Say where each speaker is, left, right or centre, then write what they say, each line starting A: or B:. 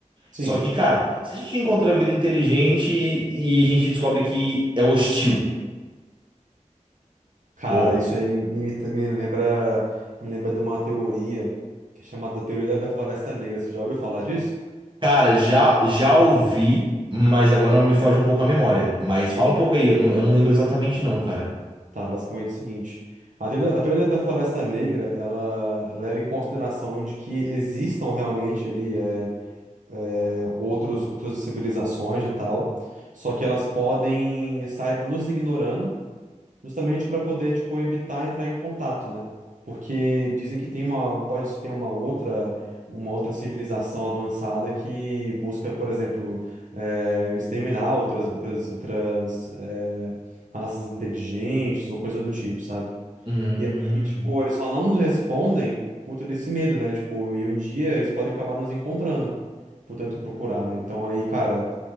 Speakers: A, on the right; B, on the right.
A: Sim.
B: Só que, cara, se a gente encontra a vida inteligente e a gente descobre que é hostil,
A: Cara,
B: pô.
A: isso aí me, me me lembra, me lembra de uma teoria que é chamada Teoria da da Floresta Negra. Você já ouviu falar disso?
B: Cara, já, já ouvi, mas agora me foge um pouco a memória. Mas fala um pouco aí, eu não, eu não lembro exatamente não, cara.
A: Tá, basicamente é o seguinte. A teoria, a teoria da Floresta Negra, ela leva em consideração de que existam realmente ali é, é, outros, outras civilizações e tal, só que elas podem estar nos ignorando Justamente para poder, tipo, evitar entrar em contato, né? Porque dizem que tem uma, pode ter uma outra, uma outra civilização avançada que busca, por exemplo, eh, exterminar outras, outras, outras, eh, raças inteligentes ou coisa do tipo, sabe?
B: Hum.
A: E aí, tipo, eles só não nos respondem por todo esse medo, né? Tipo, e um dia eles podem acabar nos encontrando. Portanto, procurar, né? Então aí, cara,